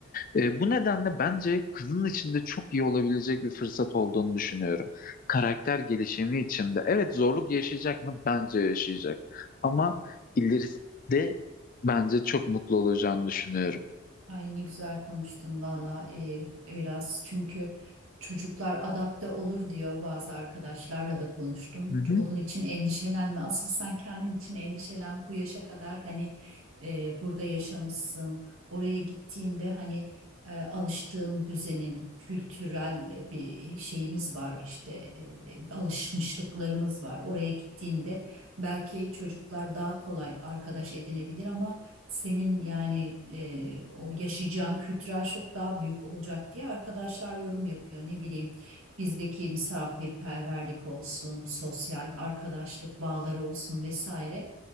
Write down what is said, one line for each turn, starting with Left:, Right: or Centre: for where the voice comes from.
Left: E, bu nedenle bence kızın içinde çok iyi olabilecek bir fırsat olduğunu düşünüyorum. Karakter gelişimi içinde. Evet zorluk yaşayacak mı? Bence yaşayacak. Ama ileride bence çok mutlu olacağını düşünüyorum.
Right: Ay ne güzel konuştun valla e, biraz çünkü çocuklar adapte olur diyor bazı arkadaşlarla da konuştum.
Left: Hı hı.
Right: Onun için endişelenme asıl sen kendin için endişelen bu yaşa kadar hani e, burada yaşamışsın oraya gittiğinde hani e, alıştığın düzenin kültürel e, bir şeyimiz var işte e, alışmışlıklarımız var. Oraya gittiğinde belki çocuklar daha kolay arkadaş edinebilir ama senin yani e, o yaşayacağın kültürel şok daha büyük olacak diye arkadaşlar yorum yapıyor. Ne bileyim bizdeki misafirperverlik olsun, sosyal arkadaşlık bağları olsun vesaire.